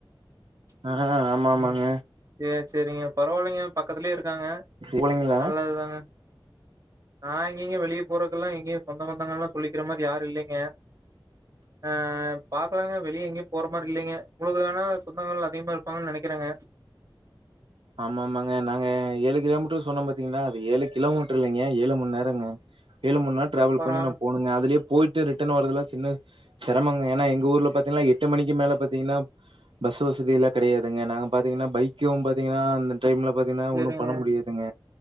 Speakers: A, on the right; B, on the right.
A: ச்சு
B: ஆ ஆமா ஆமாங்க
A: ம் சேரி சேரிங்க பரவாலைங்க பக் துலேயே இருக்காங்க
B: போலீங்களா
A: நல்லது தாங்க நா இங்கயெங்க வெளியே போறக்கு எல்லா எங்கேயு சொந்த பந்தங்கள் எல்லா சொல்லிக்கிற மாரி யாரு இல்லைங்க ஆஹ் பாக்கலாங்க வெளியே எங்கேயு போற மாரி இல்லைங்க உங்களுக்கு வேணா சொந்தங்கள் அதிகமா இருப்பாங்கன்னு நினைக்கிறங்க
B: ஆமா ஆமாங்க நாங்க ஏழு கிலோமீட்டர் சொன்னோ பாத்தீங்கன்னா அது ஏழு கிலோமீட்டர் இல்லைங்க ஏழு மணி நேரம்ங்க ஏழு மணி நேரோ ட்ராவல்
A: பரவால
B: பண்ணி நா போகனுகுங்க அதலயே போயிட்டு ரிட்டர்ன் வர்றதுல சின்ன சிரமங்க ஏன்னா எங்க ஊர்ல பாார்த்தீங்கன்னா எட்டு மணிக்கு மேல பார்த்தீங்கன்னா பஸ் வசதி எல்லா கிடையாதுங்க நாங்க பார்த்தீங்கன்னா பைக்கு தீங்கன்னா டைம்ல பாத்தீங்கன்னா
A: சரிங்க.
B: ஒன்னு பண்ண முடியாதுங்க